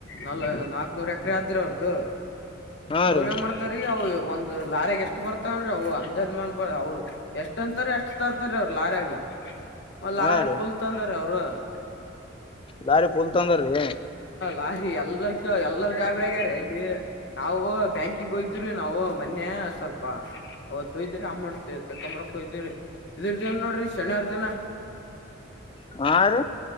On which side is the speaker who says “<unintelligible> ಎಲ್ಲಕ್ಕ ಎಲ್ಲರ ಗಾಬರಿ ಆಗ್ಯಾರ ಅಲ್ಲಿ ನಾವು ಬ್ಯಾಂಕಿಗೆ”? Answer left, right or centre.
Left